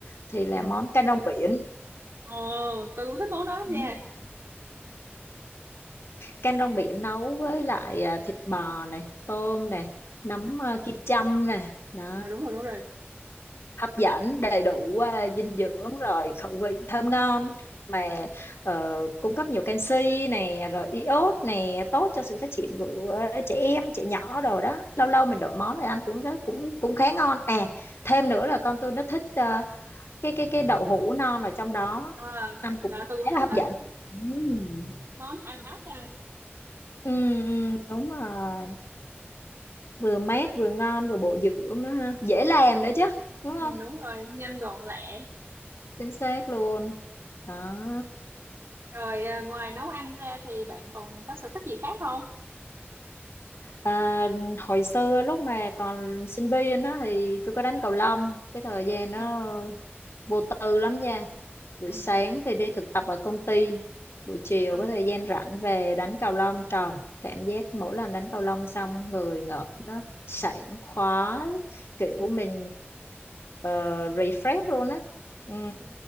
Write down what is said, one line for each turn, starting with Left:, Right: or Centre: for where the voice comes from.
Left: thì là
Right: ừ
Left: món canh rong biển.
Right: ồ tôi cũng thích món đó lắm
Left: Ừ.
Right: nha
Left: Canh rong biển nấu với lại à, thịt bò này, tôm này, nấm à, kim châm này. Đó.
Right: à, đúng rồi đúng rồi
Left: hấp dẫn đầy đủ à, dinh dưỡng rồi khẩu vị
Right: ừ.
Left: thơm ngon mà ờ, cung cấp nhiều canxi này rồi iốt này tốt cho sự phát triển của ờ, trẻ em trẻ nhỏ đồ đó lâu lâu mình đổi món này ăn cũng rất cũng cũng khá ngon à thêm nữa là con tôi nó thích ờ, cái cái cái đậu hũ non ở trong đó
Right: à,
Left: ăn cũng
Right: trời tôi cũng
Left: khá
Right: thích
Left: là hấp
Right: lắm
Left: dẫn Ừm.
Right: món ăn mát nha
Left: Ừ, ừ, đúng rồi vừa mát vừa ngon vừa bổ dưỡng nữa ha dễ làm nữa chứ đúng không
Right: ừ, đúng rồi nhanh gọn lẹ
Left: chính xác luôn đó
Right: rồi à, ngoài nấu ăn ra thì bạn còn có sở thích gì khác không
Left: À, hồi xưa lúc mà còn sinh viên đó thì tôi có đánh cầu lông cái thời gian nó
Right: ừ
Left: vô tư lắm nha buổi
Right: ừ
Left: sáng thì đi thực tập ở công ty buổi chiều
Right: ừ
Left: có thời gian rảnh về đánh cầu lông trời cảm giác mỗi lần
Right: ừ
Left: đánh cầu lông xong người ngợp nó sảng khoái kiểu
Right: ừ
Left: mình ờ, refresh luôn á ừ.
Right: ừ.